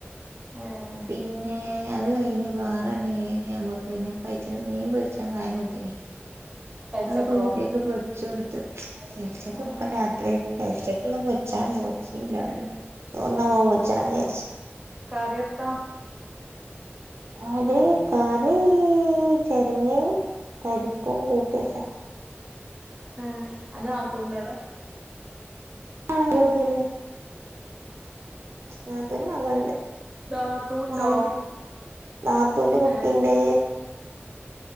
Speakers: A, on the right; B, on the right.
A: ഏഹ്
B: പിന്നെ അത് കഴിഞ്ഞ്പ്പാ ആർമണിയായി പിന്നെ അവക്ക് പൈച്ച ഇനി മീൻ പൊയിച്ച മതി അതും കൂടി
A: കഴിച്ചക്കോ
B: അത്പ്പൊ കുട്ടിയക്ക് പൊരിച്ച് കൊടുത്ത് എനിച്ചപ്പം
A: ആഹ്
B: ഇപ്പം രാത്രിയായി വെച്ചെക്കണ പെയിച്ച മതി <unintelligible> പൊച്ചണ വിചാരിച്ചു
A: കറിയത്താ
B: ആട് കറി ചെരങ്ങയും പരിപ്പും കൂ പിസ
A: ആഹ അന്ന ആത്തൂണ്ട് അവിടെ
B: ആ അറിയത്തില്ല നാത്തൂന് മകളുണ്ട്
A: നാത്തൂണ്ടോ
B: <unintelligible> നാ നാത്തുന്റെ കുട്ടീ
A: ഏഹ്
B: ഇണ്ട്